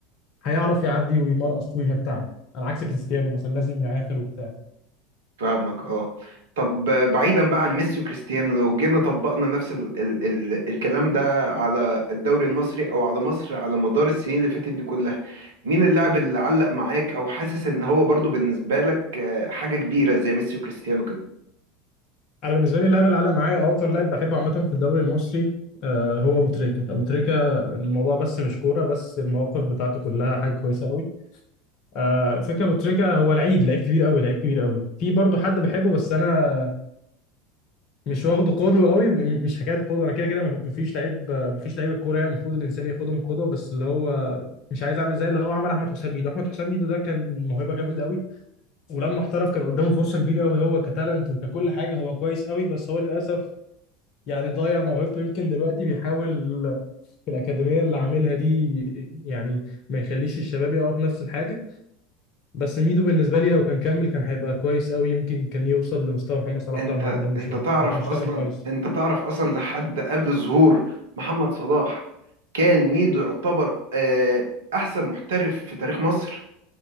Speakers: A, on the left; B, on the right.
A: هيعرف يعدي ويمرقص ويمتعك على عكس كريستيانو مثلا لازم يعافر وبتاع
B: فاهمك اه طب بعيدا بقى عن ميسي وكريستيانو لو جينا طبقنا نفس ال ال ال الكلام ده على الدوري المصري او على مصر على مدار السنين اللي فاتت دي كلها مين اللاعب اللي علق معاك او حاسس ان هو برضو بالنسبه لك آه، حاجه كبيره زي ميسي وكريستيانو
A: انا بالنسبه لي اللاعب اللي علق معايا او اكتر لاعب بحبه عامه في الدوري المصري آه، هو ابو تريكه ابو تريكه الموضوع بس مش كوره بس المواقف بتاعته كلها حاجه كويسه قوي آه، الفكره ابو تريكه هو لعيب لعيب كبير قوي لعيب كبير قوي في برضه حد بحبه بس انا مش واخده قدوه قوي م- مش حكايه قدوه انا كده كده مفيش لعيب مفيش لعيب الكوره يعني المفروض الانسان ياخدهم قدوه بس اللي هو مش عايز اعمل زي اللي هو عمل احمد حسام ميدو احمد حسام ميدو ده كان موهبه جامده قوي ولما احترف كان قدامه فرصة كبيرة قوي هو كتالنت وككل حاجة هو كويس قوي بس هو للأسف يعني ضيع موهبته يمكن دلوقتي بيحاول في الأكاديمية اللي عاملها دي يعني ما يخليش الشباب يقعوا في نفس الحاجة بس ميدو بالنسبة لي لو كان كمل كان هيبقى كويس قوي يمكن كان يوصل لمستوى محمد صلاح
B: انت
A: لو ما عداهوش
B: انت
A: يعني
B: تعرف
A: لو كان اشتغل
B: اصلا
A: كويس
B: انت تعرف اصلا لحد قبل ظهور محمد صلاح كان ميدو يعتبر آه، احسن محترف في تاريخ مصر